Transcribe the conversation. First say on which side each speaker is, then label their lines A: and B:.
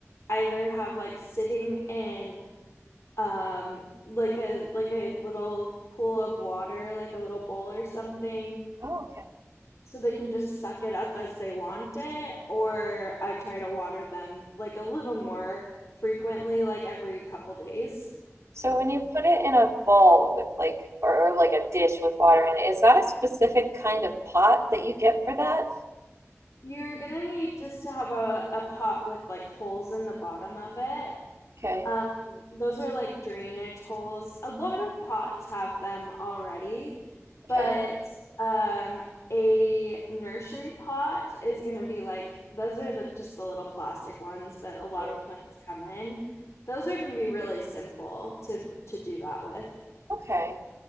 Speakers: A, on the left (about 70°); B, on the right (about 65°).
A: either have like sitting in um like a like a little pool of water, like a little bowl or something,
B: Oh, okay.
A: so they can just suck it up as they want it, or I try to water them like a little more frequently, like every couple days.
B: So when you put it in a bowl with like or, or like a dish with water in it, is that a specific kind of pot that you get for that?
A: You're gonna need just to have a, a pot with like holes in the bottom of it
B: Okay.
A: Um, those are like drainage holes. A lot of pots have them already,
B: Okay.
A: but um, a nursery pot is going to be like those are the just the little plastic ones that
B: Mm-hmm.
A: a lot of plants come in. Those are going to be really simple to to do that with.
B: Okay.